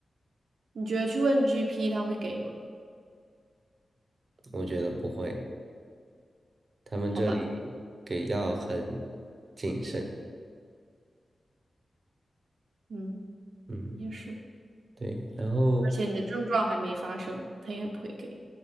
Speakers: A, on the right; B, on the right.
A: 你觉得去问 GP 他会给吗？
B: 我觉得不会，他们这里给药很谨慎。
A: 好吧，嗯，
B: 嗯，
A: 也是，
B: 对，然后
A: 而且你的症状还没发生，他应该不会给。